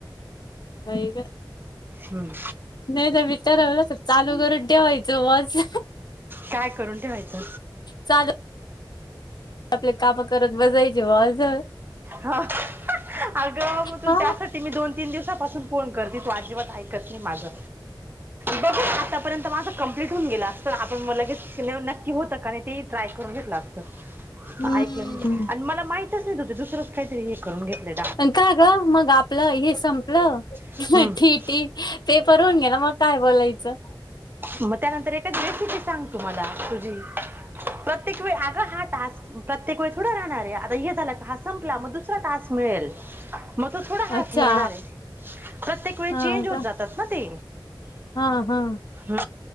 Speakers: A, on the left; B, on the right.
A: वेग
B: हम्म
A: नाही तर भी तररवला तर चालू करून ठेवायचं वज
B: काय करून ठेवायचं
A: चाल आपले काप करत वजायचे बाज
B: ह अगं मग तु
A: हा
B: त्यासाठी मी दोन तीन दिवसापासून फोन करते तू अजिबात ऐकत नाही माझं बघ आतापर्यंत माझं कंप्लीट होऊन गेला अस तर आपण लगेच नक्की होतं ते ट्राय करून घेतलं असतं
A: हम्म
B: ऐकलं आणि मला माहितच नाही त ते दुसरंच काहीतरी करून घेतले
A: का ग मग आपलं हे संपलं
B: डाउनलोड
A: ठी ती ते परर होून घे ना मग काय बोलायचं
B: मग त्यानंतर एकच रेसिपी सांग तुम्हाला तुझी प्रत्येक वेळ अगं हा टास्क प्रत्येक वेळी थोडं राहणार आहे आता हे झालं हा संपला मग दुसरा टास्क मिळेल मग तो थोडा हास
A: अच्छा
B: मिळणार आहे प्रत्येक वेळी
A: हा
B: चेंज होत
A: का
B: जातात ना ते
A: हा हा
B: ह